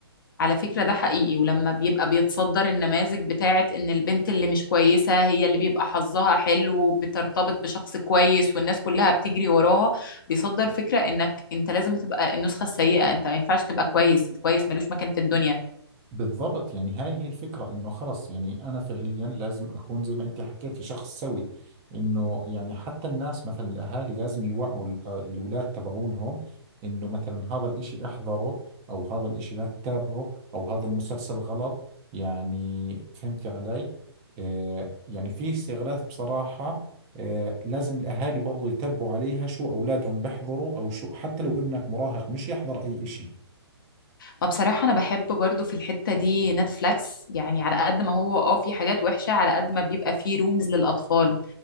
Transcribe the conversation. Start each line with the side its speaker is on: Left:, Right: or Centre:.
Left: على فكرة ده حقيقي ولما بيبقى بيتصدر النماذج بتاعت ان البنت اللي مش كويسة هي اللي بيبقى حظها حلو وبترتبط بشخص كويس والناس كلها بتجري وراها بيصدر فكرة انك انت لازم تبقى النسخة السيئة انت ما ينفعش تبقى كويس الكويس ملوش مكان في الدنيا
Right: بالضبط يعني هاي هي الفكرة انه خلص يعني انا فعليا لازم اكون زي ما انت حكيتي شخص سوي انه يعني حتى الناس مثلا الاهالي لازم يوعوا ال- آه، الاولاد تبعونهم انه مثلا هذا الاشي احذره او هذا الاشي لا تتابعه او هذا المسلسل غلط يعني فهمتي علي آه يعني في استغلالات بصراحة آه لازم الاهالي برضو يتبعوا عليها شو اولادهم بيحضروا او شو حتى لو ابنك مراهق مش يحضر اي اشي
Left: ما بصراحة أنا بحب برضو في الحتة دي نتفليكس يعني على قد ما هو اه في حاجات وحشة على قد ما بيبقى فيه رومز للأطفال